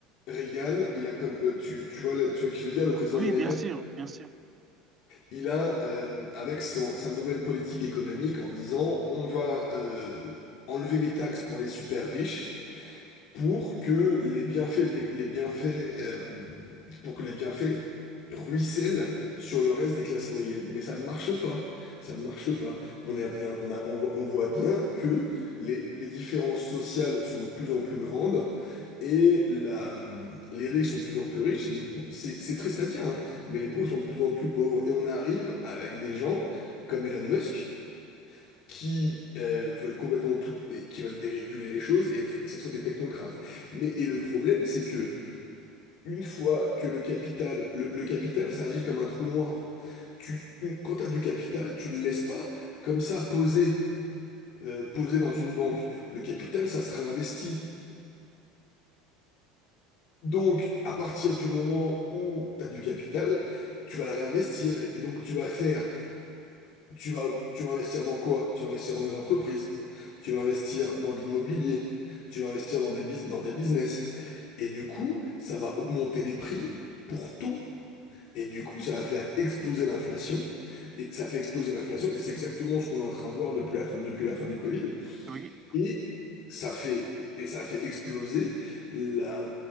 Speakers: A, on the left; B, on the right.
A: Reagan, il a comme euh, tu, tu vois le- tu vois qui je veux dire le président
B: Oui,
A: américain,
B: bien sûr, bien sûr.
A: il a euh, avec son, sa nouvelle politique économique en disant on va euh, enlever les taxes pour les super riches pour que les bienfaits, de l'é- les bienfaits, euh, pour que les bienfaits ruissellent sur le reste des classes moyennes. Mais ça ne marche pas. Ça ne marche pas. On est bien, on a, on voit, on voit bien que les, les différences sociales sont de plus en plus grandes et la, les riches sont de plus en plus riches. et les pau- c'est, c'est triste à dire, hein, mais les pauvres sont de plus en plus pauvres. Et on arrive avec des gens comme Elon Musk qui euh, veulent complètement tout, et qui veulent déréguler les choses et f- que ce soit des technocrates. Mais et le problème, c'est que une fois que le capital, le, le capital, ça agit comme un trou noir. Tu, une- quand t'as du capital, tu le laisses pas comme ça poser, euh, poser dans une banque. Le capital, ça se réinvestit. Donc, à partir du moment où tu as du capital, tu vas le réinvestir. Et donc, tu vas faire Tu vas, tu vas investir dans quoi? Tu vas investir dans des entreprises, tu vas investir dans de l'immobilier, tu vas investir dans des bus- dans des business. Et du coup, ça va augmenter les prix pour tout. Et du coup, ça va faire exploser l'inflation. Et ça fait exploser l'inflation. Et c'est exactement ce qu'on est en train de voir depuis la fin, depuis la fin du Covid.
B: Oui,
A: Et ça fait, et ça fait exploser la,